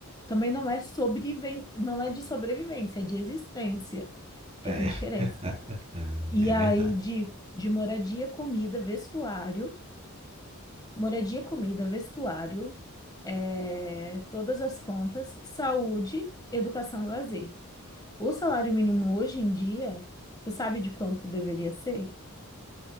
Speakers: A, on the left; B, on the right.
A: Também não é sobreviven... não é de sobrevivência, é de existência, porque
B: É.
A: tem diferença.
B: <laughs>
A: E
B: É
A: aí,
B: verdade.
A: de, de moradia, comida, vestuário, moradia, comida, vestuário, eh, todas as contas, saúde, educação e lazer. O salário mínimo hoje em dia, você sabe de quanto deveria ser?